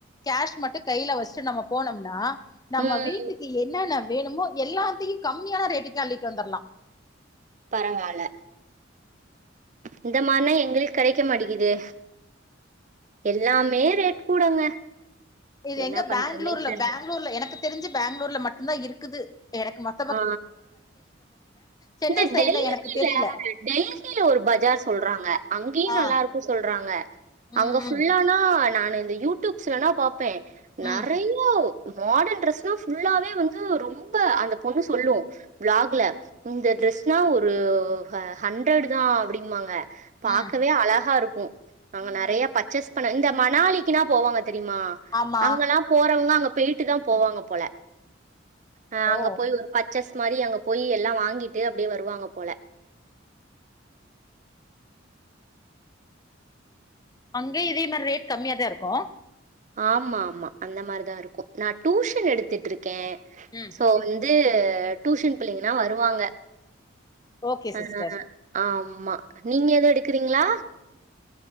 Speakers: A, on the left; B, on the right.
A: கேஷ் மட்டு கைல வஸ்ட்டு நம்ம போனோம்னா நம்ம
B: ம்
A: வீட்டுக்கு என்னான்ன வேணுமோ எல்லாத்தையு கம்மியான ரேட்டுக்கே அள்ளிட்டு வந்தர்லா
B: பரவால்ல இந்த மார்னா எங்ளுக் கெடைக்க மாட்டிக்கிது எல்லாமே ரேட் கூடங்க
A: இது
B: என்ன
A: எங்க
B: பண்றதுன்னே
A: பெங்களூர்ல
B: தெர்ல.
A: பெங்களூர்ல எனக்கு தெரிஞ்சு பெங்களூர்ல மட்டு தா இருக்குது எனக்கு மட்
B: ஆ
A: சென்னை
B: இந்த
A: சைட்ல
B: டெல்லில
A: எனக்கு தெரில
B: டெல்லில ஒரு பஜார் சொல்றாங்க அங்கயு
A: ஆ
B: நல்லா இருக்கு சொல்றாங்க
A: ம்
B: அங்க ஃபுல்லானா நானு இந்த யூடியூப்ஸ்லனா பாப்பே நறைய
A: ம் ம்
B: மாடர்ன் ட்ரெஸ்னா ஃபுல்லாவே வந்து ரொம்ப அந்த பொண்ணு சொல்லு வ்லாக்ல இந்த ட்ரெஸ்னா ஒரு ஹ ஹண்ட்ரட் தா அப்டின்பாங்க பாக்கவே
A: ம்
B: அழகா இருக்கு நாங்க
A: ம்
B: நறைய
A: ம்
B: பர்ச்சேஸ் பண்ண இந்த மணாலிக்குனா போவாங்க தெரியுமா
A: ஆமா
B: அங்கல்லா போறவங்க அங்க போயிட்டுதா போவாங்க போல அ
A: ஓ
B: அங்க போய் ஒரு பர்ச்சஸ் மாரி அங்க போய் எல்லா வாங்கிட்டு அப்டியே வருவாங்க போல
A: அங்கே இதே மார் ரேட் கம்மியா தா இருக்கு
B: ஆமா ஆமா அந்த மார்தா இருக்கு நா டூஷன் எடுத்துட்டு இருக்க
A: ம்
B: இப்போ வந்து டூஸ்ஷன் பிள்ளைங்கனா வருவாங்க
A: ஓகே
B: அ
A: சிஸ்டர்
B: அ அ ஆமா நீங்க எதோ எடுக்குறீங்ளா